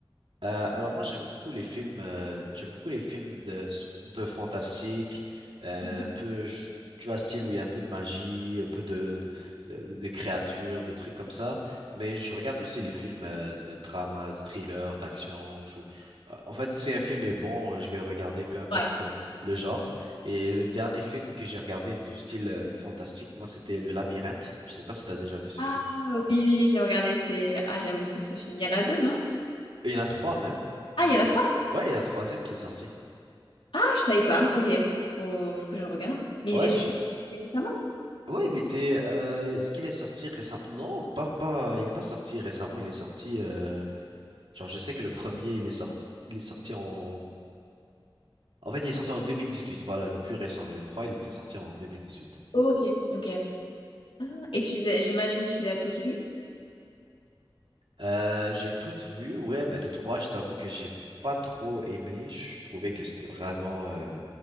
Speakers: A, on the right (about 85°); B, on the left (about 75°).
A: Euh, alors moi j'aime beaucoup les films euh, j'aime beaucoup les films de de fantastique euh,
B: Mhm.
A: un peu je- tu vois style où il y a un peu de magie un peu de de, de- de créatures des trucs comme ça mais je regarde aussi les films euh, de drama de thriller d'action je- euh, en fait si un film est bon euh, je vais le regarder peu importe
B: Ouais.
A: euh, le genre et le dernier film que j'ai regardé du style euh, fantastique moi c'était Le Labyrinthe je sais pas si t'as déjà vu ce
B: Ah
A: film
B: oui, oui, j'ai regardé, c'est... Ah, j'aime beaucoup ce film. Il y en a deux, non?
A: il y en a trois même mais
B: Ah, il y en a trois?
A: ouais il y a un troisième qui est sorti
B: Ah, je savais pas. Ok, faut, faut que je le regarde. Mais
A: Ouais,
B: il est,
A: je,
B: il est récemment?
A: Ouais, il était. euh, est-ce qu'il est sorti récemment? Non, pas, pas. Il est pas sorti récemment. Il est sorti. euh, genre, je sais que le premier, il est sorti. Il est sorti en. En fait, il est sorti en 2018. Voilà, le plus récent. Le 3 il était sorti en 2018.
B: Ok, ok. Ah, Et tu les as- j'imagine que tu les as tous vus.
A: Euh, j'ai toutes vues. Ouais, mais le 3 je t'avoue que j'ai pas trop aimé. Je trouvais que c'était vraiment euh,